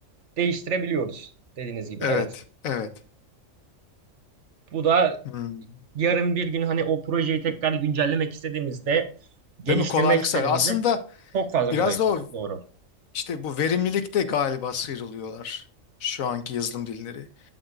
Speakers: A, on the right; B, on the left.
A: değiştirebiliyoruz dediğiniz gibi.
B: Evet,
A: Evet.
B: evet.
A: Bu da
B: Hmm.
A: yarın bir gün hani o projeyi tekrar güncellemek istediğimizde, geliştirmek
B: Değil mi? Kolaylık
A: istediğimizde
B: sağlıyor. Aslında
A: çok fazla
B: biraz
A: kolay. kolaylık
B: da o
A: Doğru.
B: işte bu verimlilikte galiba sıyrılıyorlar şu anki yazılım dilleri.